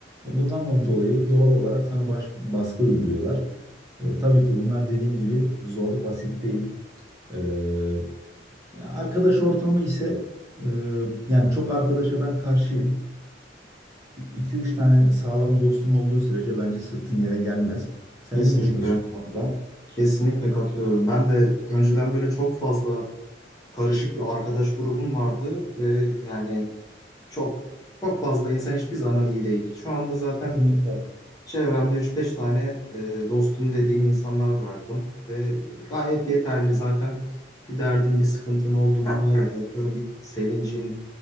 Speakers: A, on the right (about 15°); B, on the left (about 20°).
A: E, bundan dolayı doğal olarak sana baş- baskı uyguluyorlar. E, tabii ki bunlar dediğin gibi zor, basit değil. E, arkadaş ortamı ise e, yani çok arkadaşa ben karşıyım. 2 üç tane sağlam dostun olduğu sürece bence sırtın yere gelmez. Sen
B: Kesinlikle.
A: ne düşünüyorsun bu konuda?
B: Kesinlikle katılıyorum. Ben de önceden böyle çok fazla karışık bir arkadaş grubum vardı ve yani çok çok fazla insan hiçbir zaman iyi değil. Şu anda zaten
A: Kesinlikle.
B: çevremde üç beş tane e, dostum dediğim insanlar bıraktım ve gayet yeterli. Zaten bir derdin, bir sıkıntın olduğunda ya da atıyorum bir sevincin,